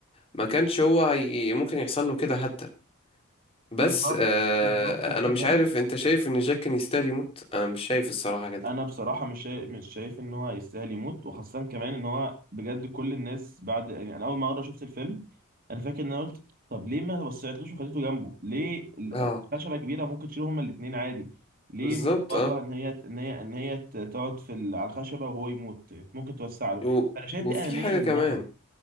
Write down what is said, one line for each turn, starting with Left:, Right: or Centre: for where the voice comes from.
Left: ما كانش هو هي ممكن يحصل له كده حتى بس
Right: بالظبط
Left: آه
Right: بالظبط وكمان
Left: انا مش عارف انت شايف ان جاك كان يستاهل يموت انا مش شايف الصراحة كده
Right: انا بصراحه مش شايف مش شايف ان هو يستاهل يموت وخاصه كمان ان هو بجد كل الناس بعد يعني انا اول ما مره شفت الفيلم انا فاكر ان انا قلت طب ليه ما وسعتلوش وخليته جنبه ليه ال-
Left: اه
Right: الخشبه كبيره ممكن تشيلهم هما الاثنين عادي ليه
Left: بالظبط
Right: مضطره
Left: اه
Right: ان هي ان هي ان هي ت- تقعد في ال- على الخشبه وهو يموت ممكن توسع له
Left: و...
Right: انا شايف
Left: وفي
Right: دي انانيه
Left: حاجة
Right: منها
Left: كمان